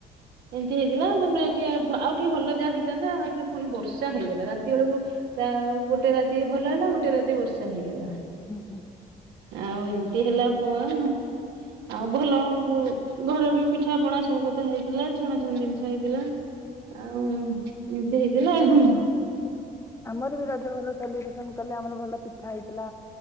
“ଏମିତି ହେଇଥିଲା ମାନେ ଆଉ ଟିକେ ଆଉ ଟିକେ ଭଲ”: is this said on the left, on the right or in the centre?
Right